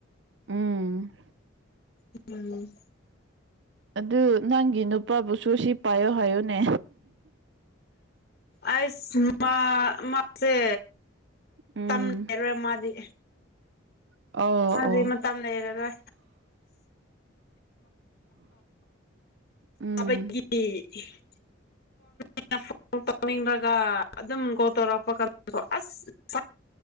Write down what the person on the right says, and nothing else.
ꯎꯝ
ꯑꯗꯨ ꯅꯪꯒꯤ ꯅꯨꯄꯥꯕꯨꯁꯨ ꯁꯤ ꯄꯥꯏꯌꯣ ꯍꯥꯏꯌꯣꯅꯦ
ꯎꯝ
ꯑꯣ
ꯑꯣ
ꯎꯝ